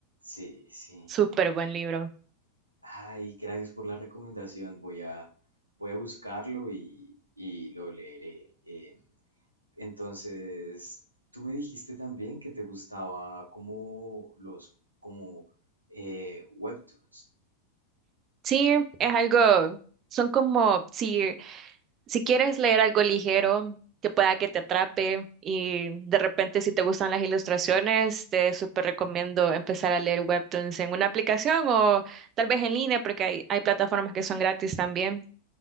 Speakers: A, on the right; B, on the right.
A: Sí, sí.
B: Súper buen libro.
A: Ay, gracias por la recomendación. Voy a, voy a buscarlo y, y lo leeré. Em, entonces, tú me dijiste también que te gustaba como los, como eh, webtoons.
B: Sí, es algo, son como si, si quieres leer algo ligero que pueda que te atrape y de repente si te gustan las ilustraciones, te súper recomiendo empezar a leer webtoons en una aplicación o tal vez en línea porque hay, hay plataformas que son gratis también,